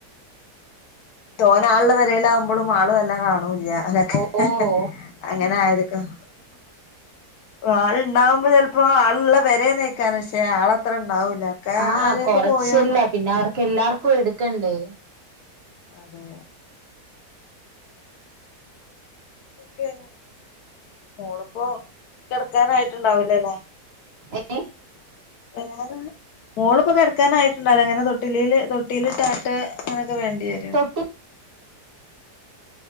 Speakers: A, on the left; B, on the right.
A: തോന് ആളുള്ള പേരയിലാമ്പോളും ആളും എല്ലാം കാണൂല്ല <unintelligible>
B: ഓഹ്
A: അങ്ങനെ ആയിരിക്കും ആളുണ്ടാവുമ്പോ ചെലപ്പോ ആളുള്ള പേരെ നിക്കാരുന്നു പക്ഷേ ആളത്ര ഇണ്ടാവൂല്ല ഒക്കെ
B: ആ
A: ആരേക്ക്
B: കൊറച്ചല്ല
A: പോയോലും
B: പിന്നെ അവർക്കെല്ലാർക്കും എടുക്കെണ്ടേ.
A: അതെ അതൊക്കെ മോളിപ്പോ കെടക്കാനായിട്ടുണ്ടാവില്ലല്ലേ
B: ഏഹ്
A: വേറെ മോളിപ്പോ കെടക്കാനായിട്ടുണ്ടാല അങ്ങനെ തൊട്ടിലീല് തൊട്ടിലിട്ട ട്ട് അങ്ങനൊക്കെ വേണ്ടി വരും
B: തൊട്ടി